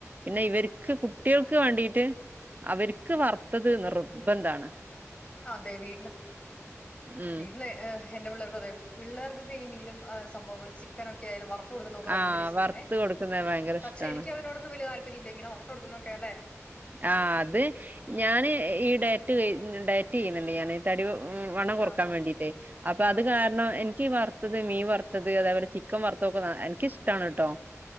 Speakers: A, on the right (about 35°); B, on the left (about 25°).
A: പിന്നെ ഇക്ക് പുട്ടിയോ <unintelligible> വേണ്ടീട്ട് അവർക്ക് വറുത്തത് നിർബന്താണ്
B: അതെ വീട്ടില്
A: ഉം
B: വീട്ടിൽ ഹ് എന്റെ പിള്ളേർക്കും അതെ പിള്ളേർക്കൊക്കെ ഈ മീനും സംഭവങ്ങൾ ചിക്കനൊക്കെ ആയാലും വർ ത്തു കൊടുക്കുന്നതൊക്കെ
A: ആ
B: ഭയങ്കര ഇഷ്ടമാണ്ണേ
A: വറുത്ത് കൊടുക്കുന്നത് ഭയങ്കര
B: പക്ഷെ
A: ഇഷ്ടാണ്
B: എനിക്ക് അതിനോടൊന്നും വലിയ താല്പ കരിയില്ല ഇങ്ങനെ വർത്ത് കൊടുക്കുന്നോക്കെ അല്ലേ
A: ആ അത് ഞാന് ഈ ഡയറ്റ് ക <unintelligible> ഡയറ്റ് ചെയ്യുന്നുണ്ട് ഞാന് തടി വണ്ണം കൊറക്കാൻ
B: ആഹ് ആഹ്
A: വേണ്ടീട്ടേ അപ്പൊ അത്
B: ആഹ്
A: കാരണം എ <unintelligible> വറുത്തത് മീൻ വറുത്തത് അതേപോലെ ചിക്കൻ വറുത്തതൊക്കെ എനിക്കിഷ്ടാണ് ട്ടോ